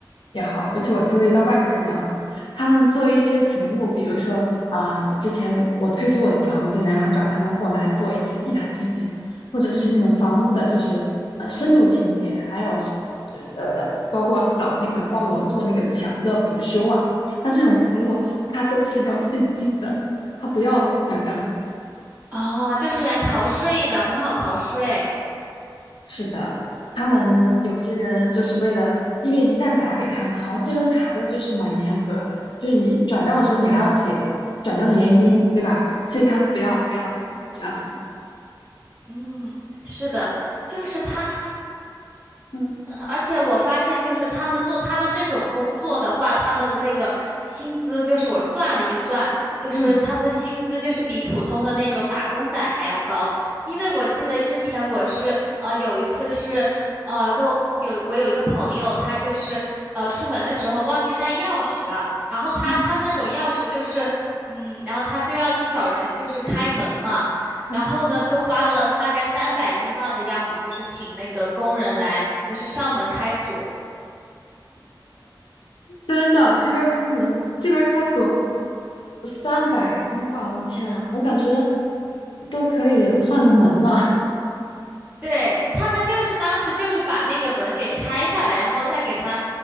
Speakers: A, on the left; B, on the right.
A: 也好，尤其我注意到外国人比较多，
B: 嗯嗯
A: 他们做一些服务，比如说啊、之前我我退租我的房子，然后找他们过来做一些地毯清洁，或者是那种房屋的，就是呃深度清洁，还有什么就是呃，包括扫那个帮我做那个墙的补修啊。那这种服务。
B: 嗯，
A: 他都是要现金的，他不要转账。
B: 哦，就是来逃税的，很好逃税。
A: 是的，他们有些人就是为了，因为一旦打给他们，好像这边查的就是蛮严格的，就是你转账的时候你还要写转账的原因，对吧？所以他们不要不要转账，
B: 嗯
A: 只要现金。
B: 嗯，是的，就是他，
A: 嗯
B: 而且我发现，就是他们做他们这种工作的话，他们的那个薪资，就是我算了一算，就是他们的薪资就是比普通的那种打工仔还要高。
A: 嗯
B: 因为我记得之前我是呃有一次是呃跟我有我有一个朋友，他就是呃出门的时候忘记带钥匙了，然后他他们那种钥匙就是嗯，
A: 嗯
B: 然后他就要去找人就是开门嘛。
A: 嗯，
B: 然后呢，就花了大概三百英镑的样子，就是请那个工人来，就是上门开锁。
A: 真的，这边开门，这边开锁，三百英镑，我天啊，我感觉都可以换个门了。
B: 对，他们就是当时就是把那个门给拆下来，然后再给他，